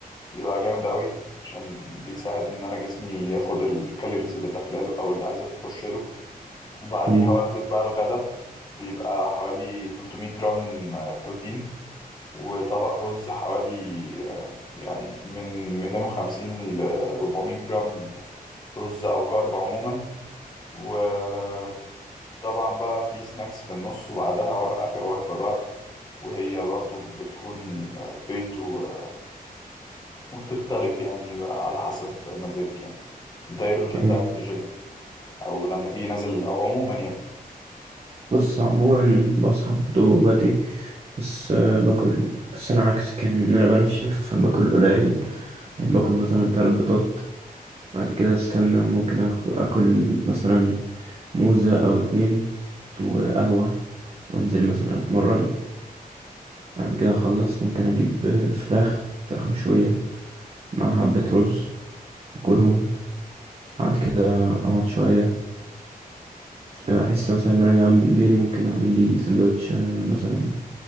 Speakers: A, on the left (about 25°); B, on the right (about 40°).
A: بيبقى جامد أوي عشان بيساعد إن أنا جسمي ياخد الكالوريز اللي داخلاله أو اللي عايزة تخش له وبعديها
B: أمم،
A: وجبة بقى الغدا بيبقى حوالي 300 جرام آه، بروتين وطبق رز حوالي آه، يعني من 250 ل 400 جرام رز أو كارب عموما وطبعا بقى في سناكس في النص وبعدها و- آخر وجبة بقى وهي برضو بتكون آه، بيض و- وبتختلف يعني بقى على حسب مزاج يعني انت ايه الروتين بتاعك
B: أيوة
A: في الجيم او لما تيجي نازل او عموما يعني
B: بص عموما بصحى برضه بدري بس آه، باكل بس أنا عكسك يعني إن أنا بنشف باكل قليل يعني باكل مثلا تلات بيضات بعد كده أستنى ممكن آخ- آكل مثلا موزة أو اتنين وقهوة وأنزل مثلا أتمرن بعد كده أخلص ممكن أجيب آه، فراخ فراخ مشوية مع حبة رز وكلهم بعد كده اقعد شويه احس مثلا ان انا جعان بالليل ممكن اعمل لي سندوتش آه، مثلا